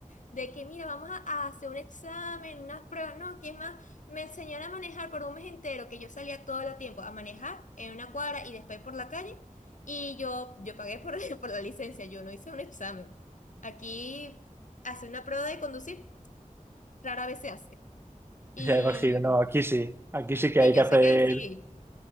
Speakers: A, on the left (about 65°); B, on the right (about 15°).
A: De que, mira, vamos a, a hacer un examen, unas pruebas, no, ¿quién más? Me enseñaron a manejar por un mes entero, que yo salía todo el tiempo a manejar en una cuadra y después por la calle, y yo, yo pagué por, <laughs> por la licencia, yo no hice un examen. Aquí hace una prueba de conducir rara vez se hace. Y
B: Ya imagino, no, aquí sí, aquí sí que
A: sí,
B: hay que
A: yo
B: hacer,
A: sé que ahí sí.